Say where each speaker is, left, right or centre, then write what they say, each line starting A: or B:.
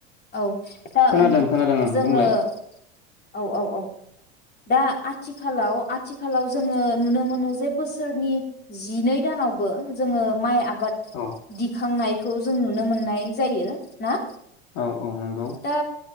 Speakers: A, on the left; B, on the left.
A: औ दा
B: खोनादों
A: ओं
B: खोनादों ओं
A: जोङो
B: बुंलाय
A: औ औ औ। दा आथिखालाव आथिखालाव जोङो नुनो मोनो जे बोसोरनि जिनै दानावबो जोङो माइ आ बाद
B: औ
A: दिखांनाय खौ जों नुनो मोननाय जायो ना?
B: औ औ नों
A: दा